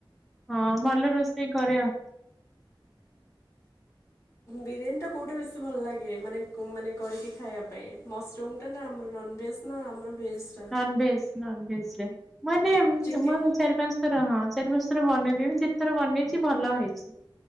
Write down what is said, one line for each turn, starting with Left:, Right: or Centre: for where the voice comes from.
Centre: ହଁ ଭଲ ରୋଷେଇ କରେ ଆ <inaudible>
Left: ବିରିୟାନୀଟା କେଉଁଟା ବେଶୀ ଭଲ ଲାଗେ ମାନେ ମାନେ କରିକି ଖାଇବା ପାଇଁ ମସରୁମ୍ଟା ନା ଆମର ନନ୍ଭେଜ୍। ନା ଆମର ଭେଜ୍। ଟା
Centre: ନନ୍ ଭେଜ୍ ନନ୍ ଭେଜ୍ ରେ ମାନେ
Left: ଚିକେନ୍
Centre: ଚାରି ପାଞ୍ଚ ଥର ହଁ ଚାରି ବର୍ଷର ବନେଇଦି ଯେତଥର ବନେଇଛି ଭଲ ହେଇଛି।